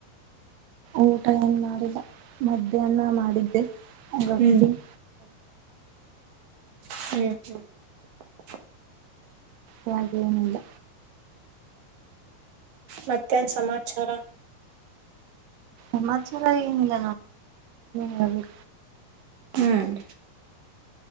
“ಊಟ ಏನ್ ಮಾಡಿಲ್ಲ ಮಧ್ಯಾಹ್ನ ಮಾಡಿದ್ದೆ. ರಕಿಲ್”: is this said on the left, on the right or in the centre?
Right